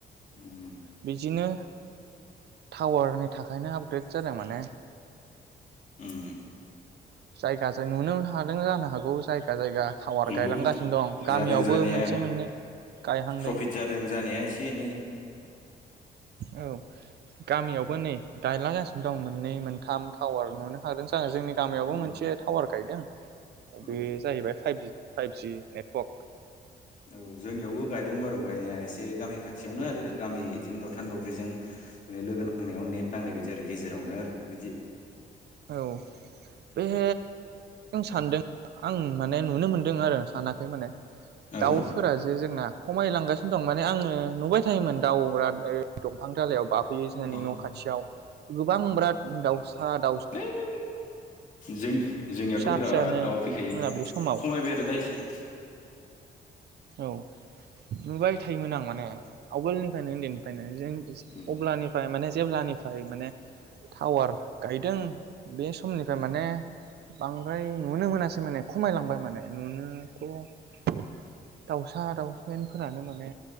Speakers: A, on the left; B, on the right.
A: उम
B: बिदिनो टावारनि थाखायनो आपग्रेड जादों माने
A: उम
B: जायगा जों नुनो हादों जानो हागौ जायगा जायगा टावार
A: नंगौ
B: गायलांगासिनो दं गामियावबो
A: जादों जानाया
B: मोनसे मोननै गायहांदों
A: प्रफिट जादों जानाया एसे एनै
B: औ गामियावबो
A: उम
B: नै गायलागासिनो दं मोननै मोनथाम टावार नुनो हादों <unintelligible> जोंनि गामियावबो
A: उम
B: मोनसे टावार गायदों <unintelligible>
A: उम
B: बे जाहैबाय फाइभजि फाइभजि नेटवर्क
A: औ जोंनियावबो गायदों बारु गायनाया एसे गामि खाथियावनो आरो गामि बिदिनो दथान दब्रैजों माने लोगो नांनायाव नेट नांनाय बायदि आरो गेजेरावनो आरो बिदि
B: औ बेह सानदों आं माने नुनो मोनदों आरो सानाखै माने
A: औ
B: दाउफोर जे जोंना खमायलांगासिनो दं माने आङो ओ नुबाय थायोमोन दाउ रा दंफां दालायाव बाफै बियो जोंहानि
A: अ
B: न' खाथियाव गोबां बिराद दाउसा दा
A: हैइ जों जोंनियावथ'
B: फिसा
A: बिराद
B: फिसानो
A: दाउ फैखायो
B: मोनाबिलि समाव
A: खमायबाय आरो दा एसे
B: औ नुबाय थायोमोन आं माने <unintelligible> आवगोलनिफ्रायनो उन्दैनिफ्रायनो जों
A: उम
B: अब्लानिफ्राय माने जेब्लानिफ्राय माने टावार गायदों बे समनिफ्राय
A: उम
B: माने बांद्राय नुनो मोनासै माने खमायलांबाय माने नुनोथ' दाउसा दाउसामेनफोरानो माने